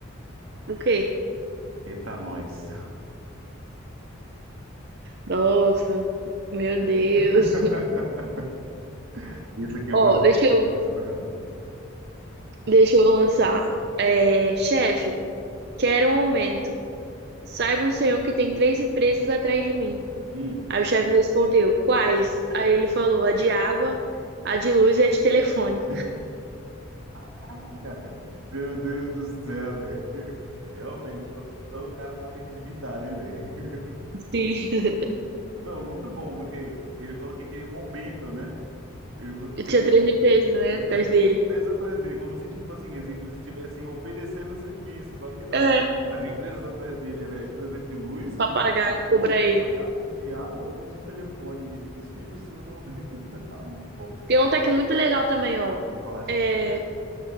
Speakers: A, on the right (about 50°); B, on the right (about 75°).
A: O quê?
B: Eita, nós.
A: Nossa, meu Deus.
B: <laughs> Isso aqui eu
A: Ó,
B: gostei.
A: deixa eu,
B: Eu gostei pra caramba.
A: deixa eu lançar. É, chefe, quero um aumento. Saiba o senhor que tem três empresas atrás de mim.
B: Hum.
A: Aí o chefe respondeu, quais? Aí ele falou, a de água, a de luz e a de telefone.
B: <laughs> Caraca. Meu Deus do céu, velho. Realmente, o o cara tava endividado, hein, velho.
A: Sim.
B: Não, muito bom, porque ele falou que queria um aumento, né? Ele falou
A: Eu
B: que
A: tinha três empresas, né,
B: E
A: atrás
B: tinha três
A: dele.
B: empresas atrás dele, como se, tipo assim, as empresas estivessem oferecendo serviço, só que não.
A: É,
B: As empresas atrás dele era a empresa de luz, que
A: pra pagar,
B: é conta
A: cobrar ele.
B: para pagar, e de água e a de telefone, e por isso que ele precisa do aumento. <laughs> Ah, muito bom.
A: Tem um que é muito legal também, ó.
B: Eu vou falar essa
A: É,
B: pro meu chefe.